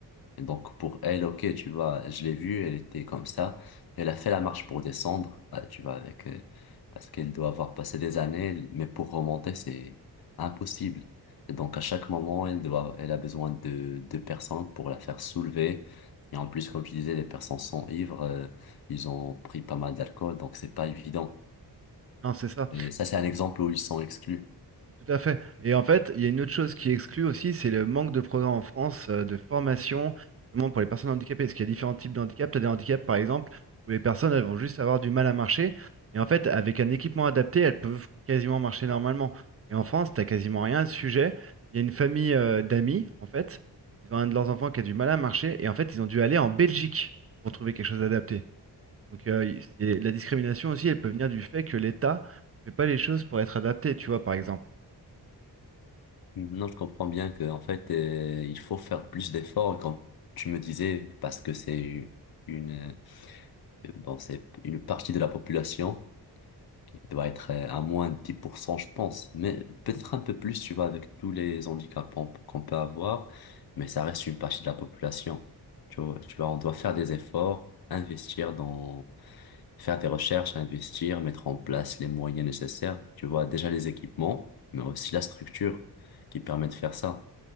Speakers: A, on the left (about 60°); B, on the right (about 35°).
A: Donc pour elle, ok, tu vois, je l'ai vue, elle était comme ça. Elle a fait la marche pour descendre, euh, tu vois, avec euh, parce qu'elle doit avoir passé des années, mais pour remonter, c'est impossible. Et donc à chaque moment, elle doit, elle a besoin de deux personnes pour la faire soulever. Et en plus, comme tu disais, les personnes sont ivres, euh, ils ont pris pas mal d'alcool, donc c'est pas évident.
B: non, c'est ça.
A: Et ça, c'est un exemple où ils sont exclus.
B: Tout à fait. Et en fait, il y a une autre chose qui exclut aussi, c'est le manque de programmes en France euh, de formation, justement pour les personnes handicapées. Parce qu'il y a différents types de handicaps. Tu as des handicaps, par exemple, où les personnes elles vont juste avoir du mal à marcher. Et en fait, avec un équipement adapté, elles peuvent quasiment marcher normalement. Et en France, tu quasiment rien à ce sujet. Il y a une famille euh, d'amis, en fait. Ils ont un de leurs enfants qui a du mal à marcher. Et en fait, ils ont dû aller en Belgique pour trouver quelque chose d'adapté. Donc, euh, il- c'est- la discrimination aussi, elle peut venir du fait que l'État ne fait pas les choses pour être adapté, tu vois, par exemple.
A: non je comprends bien que en fait, euh, il faut faire plus d'efforts, comme tu me disais, parce que c'est une Bon, c'est une partie de la population qui doit être euh, à moins de 10% je pense. Mais peut-être un peu plus, tu vois, avec tous les handicaps qu'on qu'on peut avoir. Mais ça reste une partie de la population. Tu vois, tu vois, on doit faire des efforts, investir dans, faire des recherches, investir, mettre en place les moyens nécessaires. Tu vois, déjà les équipements, mais aussi la structure qui permet de faire ça.